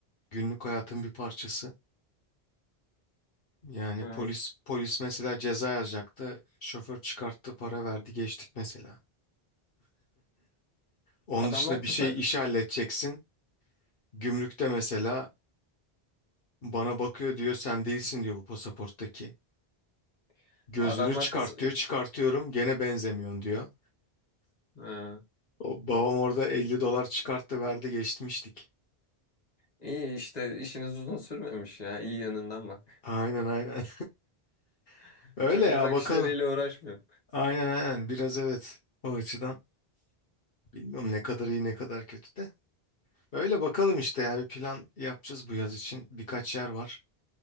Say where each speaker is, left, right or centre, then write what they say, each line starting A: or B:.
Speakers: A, on the left; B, on the left.
A: günlük hayatın bir parçası. Yani
B: Hı.
A: polis polis mesela ceza yazacaktı. Şoför çıkarttı, para verdi, geçtik mesela. Onun
B: Adamlar
A: dışında
B: kısa
A: bir şey işi halledeceksin. Gümrükte mesela bana bakıyor diyor sen değilsin diyor bu pasaporttaki.
B: <clears throat>
A: Gözünü
B: adamlar
A: çıkart
B: kısa
A: diyor çıkartıyorum gene benzemiyorsun diyor.
B: Hı.
A: O babam orada 50 dolar çıkarttı verdi geçmiştik.
B: İyi işte işiniz uzun sürmemiş ya. İyi yanından bak.
A: Aynen aynen. <laughs>
B: <laughs>
A: Öyle
B: Çok
A: ya
B: evrak
A: bakalım.
B: işleriyle uğraşmıyor.
A: Aynen aynen biraz evet o açıdan. Bilmiyorum ne kadar iyi ne kadar kötü de. Öyle bakalım işte yani bir plan yapacağız bu yaz için. Birkaç yer var.